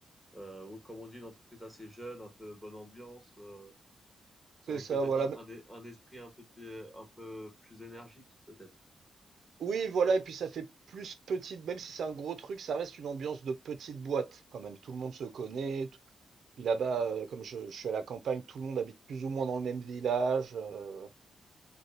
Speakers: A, in the centre; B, on the right (about 60°).
A: euh, ou comme on dit, une entreprise assez jeune, un peu bonne ambiance, euh,
B: C'est
A: avec
B: ça,
A: peut-être
B: voilà,
A: un, un, e- un esprit un peu, t- un peu plus énergique, peut-être.
B: oui, voilà et puis ça fait plus petite même si c'est un gros truc, ça reste une ambiance de petite boîte quand même. Tout le monde se connaît, t puis là-bas, heu, comme je je suis à la campagne, tout le monde habite plus ou moins dans le même village, heu,